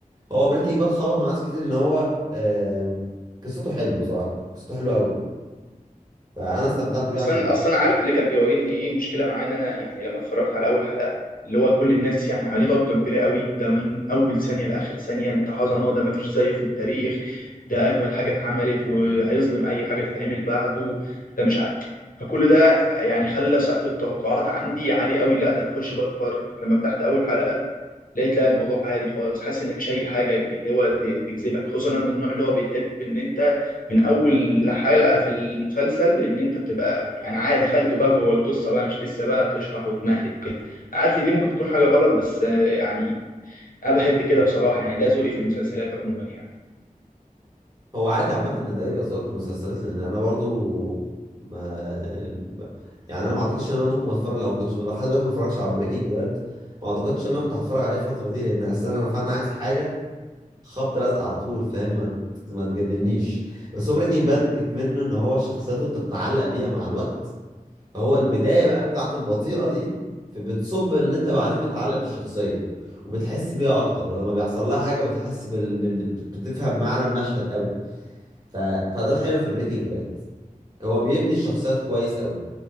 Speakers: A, on the right (about 30°); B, on the left (about 75°).
A: هو بريكنج باد خبط مع ناس كتير ان هو آم، قصته حلوه بصراحه قصته حلوه قوي فانا استمتعت بيه
B: اصلا
A: عشان
B: اصلا عارف اللي كان بيواجهني ايه مشكله معاه ان انا يعني لما اتفرجت على اول حلقه اللي هو كل الناس يعني عليه ضجه كبيره قوي ده من اول ثانيه لاخر ثانيه انت عظمه ده مفيش زيه في التاريخ ده اجمد حاجه اتعملت وهيظلم اي حاجه تتعمل بعده ده مش عارف فكل ده يعني خلى سقف التوقعات عندي عالي قوي لا ده انا اخش بقى اتفرج لما فتحت اول حلقه لقيت لا الموضوع عادي خالص حاسس ان مفيش اي حاجه اللي هو ت- تجذبك خصوصا انا من النوع اللي هو بيحب ان انت من اول حلقه في المسلسل ان انت بتبقى يعني عادي دخلت بقى جوه القصه بقى مش لسه بقى تشرح وتمهد وكده عارف دي ممكن تكون حاجه غلط بس آه، يعني انا بحب كده بصراحه يعني ده ذوقي في المسلسلات عموما يعني
A: هو عادي عامة ان ده يبقى ذوقك في المسلسلات لان انا برضو ما يعني انا ما اعتقدش ان انا ممكن اتفرج لو كنت لحد دلوقتي ما اتفرجش على بريكنج باد ما اعتقدش ان انا كنت هتفرج عليه الفترة دي لان اصلا انا فعلا عايز حاجة خبط لازق على طول فاهم ما ت- ما تجادلنيش بس هو بريكنج باد اكمنه ان هو شخصيته انت بتتعلق بيها مع الوقت هو البداية بقى بتاعته البطيئة دي في- بتصب ان انت بعدين بتتعلق بالشخصية وبتحس بيها اكتر ولما بيحصل لها حاجة بتحس بال... بال... بت- بتفهم معنى المشهد قوي ف... فده الحلو في بريكنج باد هو بيبني الشخصيات كويس قوي